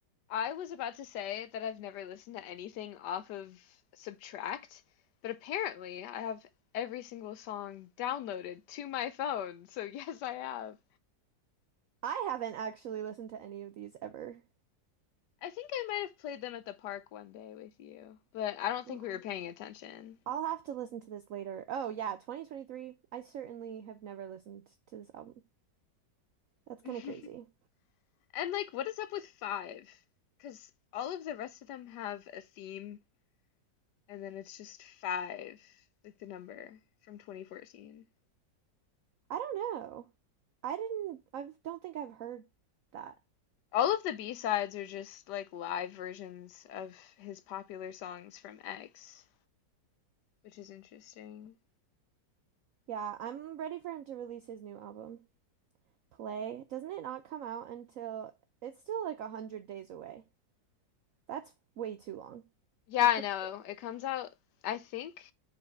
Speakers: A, on the left; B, on the right.
A: I was about to say that I've never listened to anything off of Subtract, but apparently I have every single song downloaded to my phone, so <laughs> yes, I have.
B: I haven't actually listened to any of these ever.
A: I think I might have played them at the park one day with you, but I don't
B: Mm.
A: think we were paying attention.
B: I'll have to listen to this later. Oh yeah, 2023. I certainly have never listened to this album. That's kind
A: <laughs>
B: of crazy.
A: And like, what is up with five? Because all of the rest of them have a theme, and then it's just five, like the number from 2014.
B: I don't know. I didn't, I don't think I've heard that.
A: All of the B-sides are just like live versions of his popular songs from X, which is interesting.
B: Yeah, I'm ready for him to release his new album, Play. Doesn't it not come out until it's still like a hundred days away? That's way too long.
A: Yeah,
B: I
A: I
B: can't,
A: know. It comes out, I think,